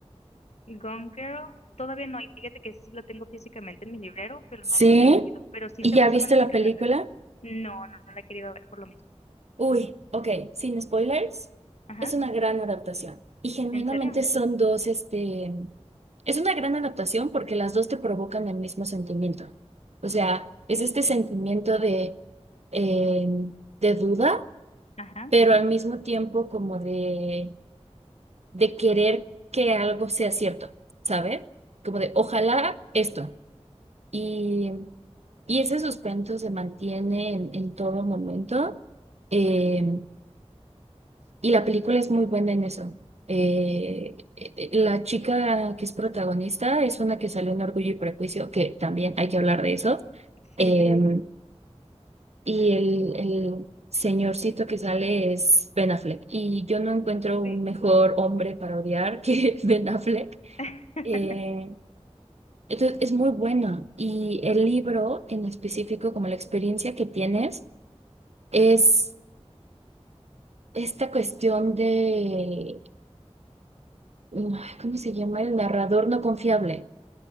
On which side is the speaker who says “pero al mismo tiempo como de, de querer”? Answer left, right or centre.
Right